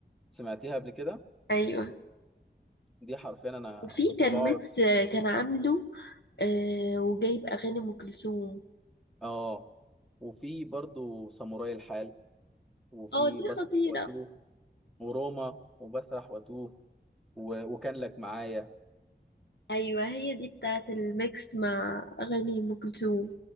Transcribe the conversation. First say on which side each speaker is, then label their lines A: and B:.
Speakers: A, in the centre; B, on the left.
A: سمعتيها قبل كده
B: ايوه
A: دي حرفيا انا
B: وفي
A: كنت
B: كان
A: بقعد
B: ميكس كان عامله آه وجايب اغاني ام كلثوم
A: اه وفي برضو ساموراي الحال وفي
B: اه دي
A: بسرح
B: خطيره
A: واتوه وروما وبسرح واتوه و... وكان لك معايا
B: ايوه هي دي بتاعة الميكس مع اغاني ام كلثوم